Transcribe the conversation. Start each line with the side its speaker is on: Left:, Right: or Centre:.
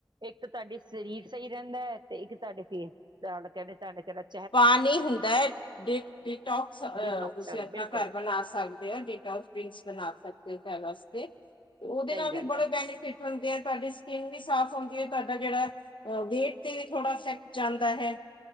Right: ਇੱਕ ਤੁਹਾਡੀ ਸਰੀਰ ਸਹੀ ਰਹਿੰਦਾ ਏ, ਤੇ ਇੱਕ ਤੁਹਾਡੇ ਫੇਰ <unintelligible>
Left: ਪਾਣੀ ਹੁੰਦਾ ਏ, ਡਿ, ਡਿਟੋਕਸ ਅਹ
Right: ਡੀਟੋਕਸ
Left: ਤੁਸੀਂ ਏਦਾਂ
Right: ਬਿਲਕੁਲ
Left: ਘਰ ਬਨਾ ਸਕਦੇ ਐ ਡਿਟੋਕਸ ਡਰਿੰਕਸ ਬਨਾ ਸਕਦੇ ਹੋ ਘਰ ਵਾਸਤੇ, ਤੇ ਓਹਦੇ
Right: ਸਹੀ
Left: ਨਾਲ
Right: ਗੱਲ
Left: ਵੀ ਬੜੇ
Right: ਹੈ
Left: ਬੈਨੀਫਿਟ ਹੁੰਦੇ ਏ, ਤੁਹਾਡੀ ਸਕਿੰਨ ਵੀ ਸਾਫ਼ ਹੁੰਦੀ ਏ, ਤੁਹਾਡਾ ਜਿਹੜਾ ਅ ਵੇਟ ਤੇ ਵੀ ਥੋੜਾ ਇਫੈਕਟ ਜਾਂਦਾ ਹੈ।